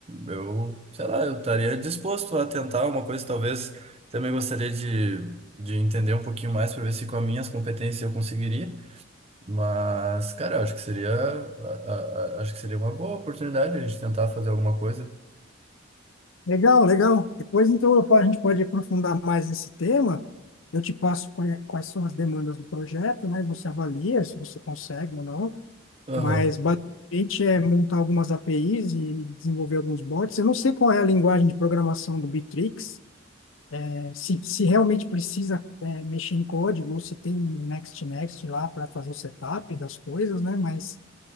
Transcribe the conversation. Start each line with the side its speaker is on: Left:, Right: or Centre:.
Right: eu sei lá, eu estaria disposto a tentar uma coisa, talvez também gostaria de de entender um pouquinho mais para ver se com as minhas competências eu conseguiria. Mas, cara, eu acho que seria, a- a- a- acho que seria uma boa oportunidade a gente tentar fazer alguma coisa.
Left: Legal, legal. Depois, então, eu po- a gente pode aprofundar mais esse tema. Eu te passo quais, quais são as demandas do projeto, né? E Você avalia se você consegue ou não.
Right: Aham,
Left: Mas, basicamente, é montar algumas APIs e desenvolver alguns bots. Eu não sei qual é a linguagem de programação do Bitrix, eh, se, se realmente precisa, eh, mexer em código ou se tem um Next Next lá para fazer o setup das coisas, né? Mas